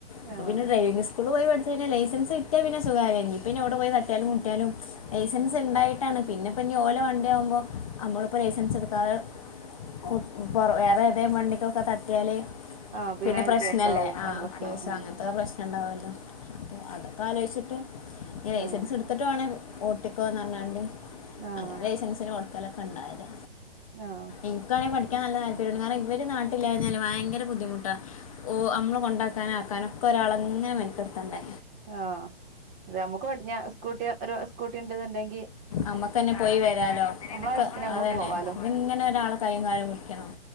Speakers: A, on the left (about 35°); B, on the right (about 20°).
A: അപ്പോ
B: ആഹ്
A: പിന്നെ ധൈര്യസ് സ്കൂള് പോയി പഠിച്ച് കഴിഞ്ഞാ ലൈസൻസ് കിട്ട്യാ പിന്നെ സുഖാല്ലേ ഇനി പിന്നെ എവ്ടെ പോയി തട്ട്യാലും മുട്ട്യാലും ലൈസൻസ്ണ്ടായി ട്ടാണ് പിന്നെപ്പഞ്ഞ് ഓലെ വണ്ട്യവുമ്പോ നമ്മള്പ്പോ ലൈസൻസ്ട്ക്കാതെ <unintelligible> വേറെ ഏതേ വണ്ടിക്കൊക്കെ തട്ടിയാല്
B: ആഹ്
A: പിന്നെ പ്രശ്നല്ലേ
B: അത് കേസാവും അങ്ങനെ
A: ആഹ്
B: പ്രശ്നം
A: കേസോ
B: ഉം
A: അങ്ങനത്തെക്കെ പ്രശ് നണ്ടാവല്ലോ അതൊക്ക ആലോയിച്ചിട്ട് ഇഞ്ഞ് ലൈസൻസ്ട്
B: ആഹ്
A: ത്ത്ട്ട് വാണേ ഓട്ടിക്കൊന്നറ്ഞ്ഞാണ്ട്
B: ആഹ്
A: ലൈസൻസിന് കൊടുക്കലൊക്കെ ഇണ്ടായത്.
B: ആഹ്
A: ഇൻക്കാണെ പഠിക്കാ നല്ല താല്പര്യണ്ട് കാരണം ഇവര് നാട്ട്ല്ലാഞ്ഞാലെ ഭയങ്കര ബദ്ധിമുട്ടാ ഓഹ് അമ്മളെ കൊണ്ടാക്കാന് ആക്കാനൊക്കൊരാളെ ഇങ്ങനെ മെനക്കെട്ത്തണ്ടേ.
B: ആഹ് <unintelligible> ഞമ്മക്ക് പടിഞ്ഞാ സ്കൂട്ടി ഒരു സ്കൂട്ടിണ്ട്ന്ന്ണ്ടെങ്കി
A: അമ്മക്കെന്നെ പോയി വരാലോ
B: ആവശ്യത്തിന്
A: ക്കെ
B: അങ്ങോട്ട്
A: അതന്നെ
B: പോവാലോ
A: ഇത്ങ്ങനെ ഒരാളെ കൈയ്യും കാലും പുടിക്കണം.